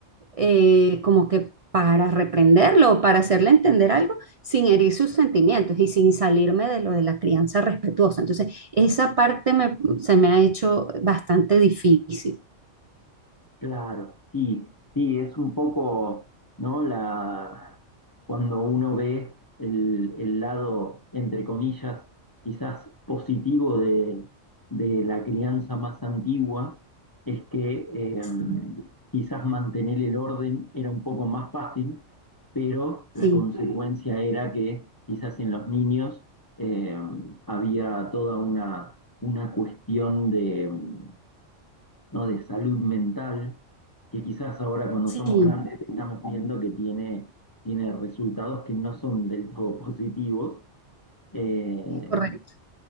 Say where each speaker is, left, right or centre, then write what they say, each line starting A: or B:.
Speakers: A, on the right (about 45°); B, on the left (about 25°).
A: eh, como que para reprenderlo o para hacerle entender algo sin herir sus sentimientos y sin salirme de lo de la crianza respetuosa. Entonces, esa parte me- se me ha hecho bastante difícil.
B: Claro, sí, sí, es un poco, ¿no? La, cuando uno ve el, el lado, entre comillas, quizás positivo de, de la crianza más antigua, es que eh,
A: Sí,
B: quizás mantener el orden era un poco más fácil, pero
A: sí,
B: la consecuencia era que quizás en los niños eh, había toda una, una cuestión de em, ¿no? de salud mental, que quizás ahora cuando
A: sí,
B: somos grandes estamos viendo que tiene, tiene resultados que no son del todo <laughs> positivos. Eh,
A: es correcto.